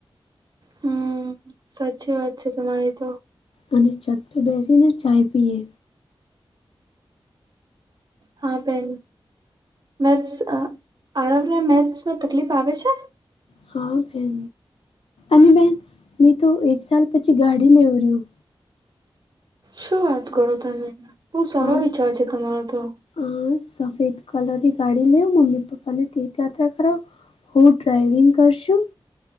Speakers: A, on the right; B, on the left.
A: હમ સાચી વાત છે, તમારી તો.
B: અને છત પર બેસીને ચાય પીએ.
A: હા બેન મેથ્સ આરામને મેથ્સમાં તકલીફ આવે છે,
B: હા, બેન અને બેન મેંતો એક સાલ પછી ગાડી લેવી રહ્યું.
A: શું વાત કરો તમે બહુ સારો
B: હા
A: વિચાર છે, તમારો તો
B: અ સફેદ કલરની ગાડી લેવું, મમ્મી પપ્પા ને તીર્થયાત્રા કરાવે. હું ડ્રાઈવિંગ કરશું,